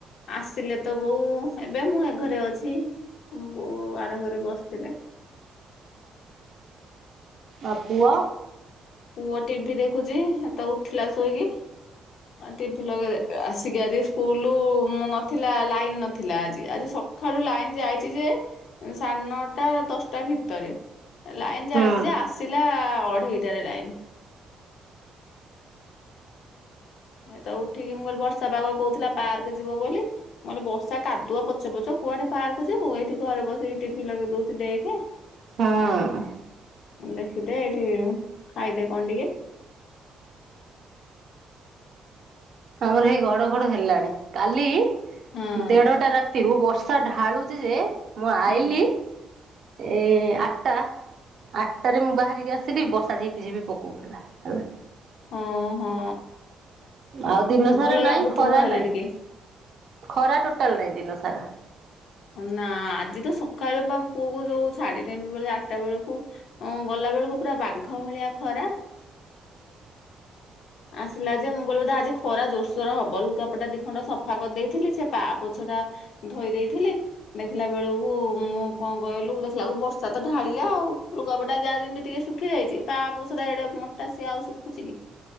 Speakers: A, on the left (about 65°); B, on the right (about 45°).
A: ଆସିଲେ ତ ବୋଉ ଏବେ ମୁଁ ଏ ଘରେ ଅଛି ବୋଉ ଆର ଘରେ ବସିଥିଲେ।
B: ଆ ପୁଅ?
A: ପୁଅ ଟିଭିି ଦେଖୁଛି ହେତ ଉଠୀଲା ଶୋଇକି ଟିଭି ଲଗେଇ ଆସିକି ଆଜି ସ୍କୁଲ ନଥିଲା ଲାଇନ ନଥିଲା ଆଜି ଆଜି ସ ଖାଳୁ ଲାଇନ ଯାଇଛି ଯେ ସାଢେ ନଅଟା ଦଶଟା ଭିତରେ ଲାଇନ ଯାଇଛି
B: ହୁଁ
A: ଯେ ଆସିଲା ଅଢେଇଟାରେ ଲାଇନ୍ ଏ ତ ଉଠିକି ମୁଁ କହିଲି ବର୍ଷା ପାଗ କହୁଥିଲା ପାର୍କ ଯିବ ବୋଲି ମୁଁ କହିଲି ବର୍ଷା କାଦୁଅ ପଚ ପଚ କୁଆଡେ ପାର୍କ ଯିବୁ ମୁଁ ଏଇଠି ଘରେ ବସେଇି ଟିଭିି ଲଗେଇ ଦଉଛି ଦେଖେ
B: ହଁ
A: ଆଉ ଦେଖିଦେ ଏଇଠି ଖାଇଦେ କଣ ଟିକେ
B: ଆମର ହେଇ ଘଡଘଡ ହେଲାଣି କାଲି
A: ହଁ
B: ଦେଢଟା ରାତିରୁ ବର୍ଷ ଶା ଢାଳୁଛି ଯେ ମୁଁ ଆଇଲି
A: ହଁ
B: ଏ ଆଠଟା ଆଠଟା ରେ ମୁଁ ବାହାରିକି ଆସିଲି ବର୍ଷା ଝିପି ଝିପି ପକଉଥିଲା। ହେଲା
A: ହଁ ହଁ
B: ଆଉ ଦିନ ସାରା
A: ଭଲ
B: ନାଇଁ
A: ଲାଗୁଥିବ
B: ଖରା
A: ହେଲେ
B: ନାଇଁ
A: ଟିକେ
B: ଖରା ଟୋଟାଲ ନାଇଁ ଦିନସାରା
A: ନା ଆଜି ତ ସକାଳୁ ବା ପୁଅକୁ ଯୋଉ ଛାଡିଦେମି ବୋଲେ ଆଠଟା ବେଳକୁ ଅ ଗଲା ବେଳକୁ ପୁରା ବାଘ ଭଳିଆ ଖରା ଆସିଲା ଯେ ମୁଁ କହିଲି ବୋଧେ ଆଜି ଖରା ଜୋରସୋର ହବ ଲୁଗାପଟା ଦି ଖଣ୍ଡ ସଫା କରିଦେଇଥିଲି ସେ ପା ପଛ ଟା ଧୋଇ ଦେଇଥିଲି। ଦେଖିଲା ବେଳକୁ ମୁଁ କଣ କହିଲୁ ଦେଖିଲାକୁ ବର୍ଷା ତ ଢାଳିଲା ଆଉ ଲୁଗାପଟା ଯାହା ଯେମିତି ଟିକେ ସୁଖ୍ ଶୁଖି ଯାଇଛି ତା ପା ପୋଛା ଏଡେ ମୋଟା ସିଏ ଆଉ ଶୁଖୁଛି କି